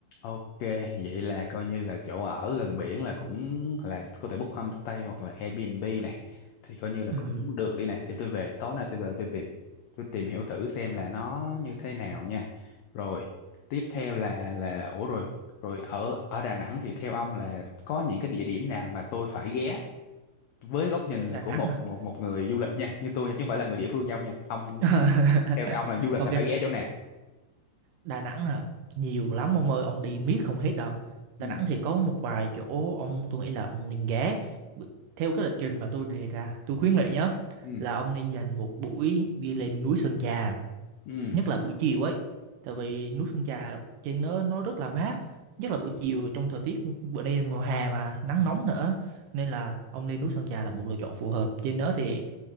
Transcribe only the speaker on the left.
Ok, vậy là coi như là chỗ ở gần biển là cũng là có thể book homestay hoặc là Airbnb này thì coi như là
cũng được đi này để tôi về tối nay tôi về tôi tìm tôi tìm hiểu thử xem là nó như thế nào nha. Rồi, tiếp theo là là ủa rồi, rồi ở ở Đà Nẵng thì theo ông là có những cái địa điểm nào mà tôi phải ghé với góc nhìn
là của
một
một một người du lịch nha, như tôi nha chứ không phải là người địa phương như ông nha. Ông
theo ông là du lịch
là phải ghé chỗ nào?
Ừ.
Ừ.
Ừ.
Ừ.